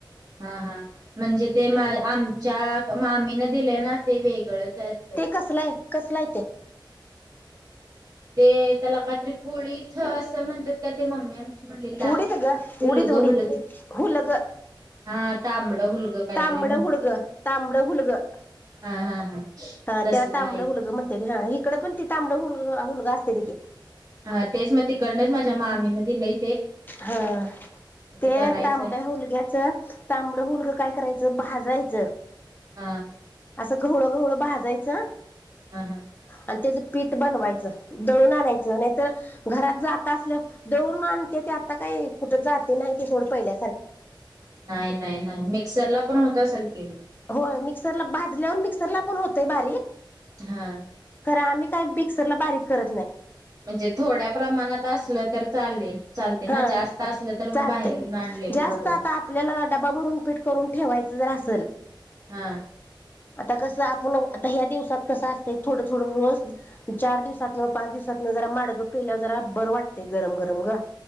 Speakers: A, on the right; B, on the left.
A: हा हा म्हणजे ते मा आमच्या मामी न दिले ना ते वेगळंच. आहे असं
B: ते कसलय कसलाय ते?
A: ते त्याला काहीतरी कोळीथं असं म्हणतात का ते मम्मी आम म्हणलीला
B: उडीद
A: हुलगं
B: ग उडीद उडीद
A: हुलगं
B: हुलग
A: हा तांबड हूलगं काहीतरी
B: तांबडं
A: म्हण
B: हुडग तांबडं हुलगं
A: हा हा हा
B: हा
A: तसलं
B: त्याला तांबड
A: आहे
B: मुलगं म्हणत्यात. ह इकडे पण ते तांबडं हूलगं असते ते कि.
A: हा तेच म तिकडनचं माझ्या मामी णे दिलय.
B: हा. ते
A: करायचंय
B: तांबड्या हूलग्याचं, तांबडं हलगं काय करायचं भाजायचं.
A: हा.
B: असं गव्हळ गव्हळं भाजायचं
A: हा हा
B: आणि त्याचं पीठ बनवायचं. दळून आणायचं नाहीतर, घरात जात असलं दळून आणते त्यात. आता काही कुठं जाते नाही ते थोडं पहिले
A: नाही नाही नाही मिक्सर ला पण होत असेल की मग?
B: हो मिक्सरला भाजल्यावर मिक्सरला पण होतय बारीक
A: हा.
B: तर आम्ही काही बिक्सर ला बारीक करत नाही.
A: म्हणजे थोड्या प्रमाणात असलं तर चालेल. चालते ना
B: हा
A: जास्त असलं तर मग
B: चालतय,
A: बाहेरून आणलेलं
B: जास्त
A: बरं
B: आता आपल्याला डबा भरून पीठ करून ठेवायचं. जर आसल.
A: हा
B: आता कसं आपलं आता ह्या दिवसात कसं असतं थोडं थोडं रोज चार दिवसातन पाच दिवसात जरा माडगं पिल्या जरा बर वाटतेय गरम गरम गं.